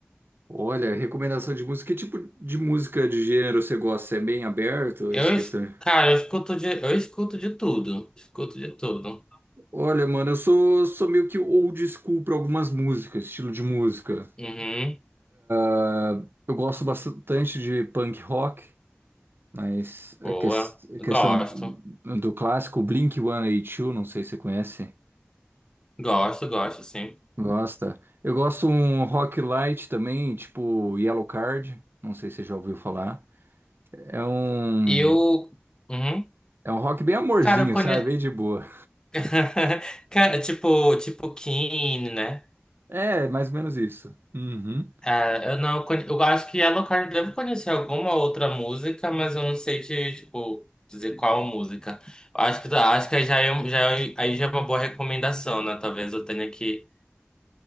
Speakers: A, on the right; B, on the left.
A: Olha, recomendação de música. Que tipo de música de gênero você gosta? É bem aberto
B: Eu,
A: essa questão?
B: es- cara, eu escuto de, eu escuto de tudo. Escuto de tudo.
A: Olha, mano, eu sou, sou meio que old school para algumas músicas, estilo de música.
B: Uhum.
A: Ah, Eu gosto bastante de punk rock, mas a,
B: Boa.
A: ques- a
B: Gosto.
A: questão do, do clássico Blink-182, não sei se você conhece.
B: Gosto, gosto, sim.
A: Gosta? Eu gosto um rock light também, tipo Yellow Card, não sei se você já ouviu falar. É um.
B: Eu, uhum.
A: É um rock bem amorzinho,
B: Cara, eu conheço.
A: sabe? Bem de boa.
B: <laughs> Cara, tipo, tipo Keane, né?
A: É, mais ou menos isso. Uhum.
B: Ah, eu não, con- eu acho que Yellow Card deve conhecer alguma outra música, mas eu não sei te, tipo, dizer qual música. Acho que tá- acho que já é, um- já é- um, aí já é uma boa recomendação, né? Talvez eu tenha que,